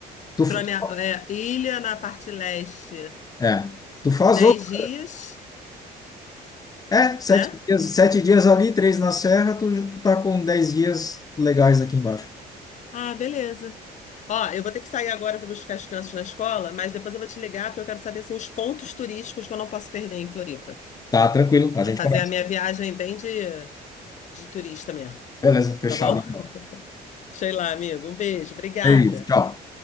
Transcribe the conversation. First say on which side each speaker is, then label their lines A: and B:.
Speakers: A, on the left; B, on the left.
A: tu,
B: Frone-
A: f- tu-
B: é, Ilha na parte leste,
A: é, tu faz
B: 10
A: outro.
B: dias,
A: É, sete
B: né?
A: dias, sete dias ali, três na serra, tu, tu tá com dez dias legais aqui embaixo.
B: Ah, beleza. Ó, eu vou ter que sair agora para buscar as crianças na escola, mas depois eu vou te ligar porque eu quero saber assim, os pontos turísticos que eu não posso perder em Floripa,
A: Tá tranquilo, a
B: para
A: gente
B: fazer
A: começa.
B: a minha viagem bem de de turista mesmo,
A: Beleza, fechado
B: tá bom?
A: então.
B: Sei lá, amigo. Um beijo, obrigada.
A: É isso, tchau.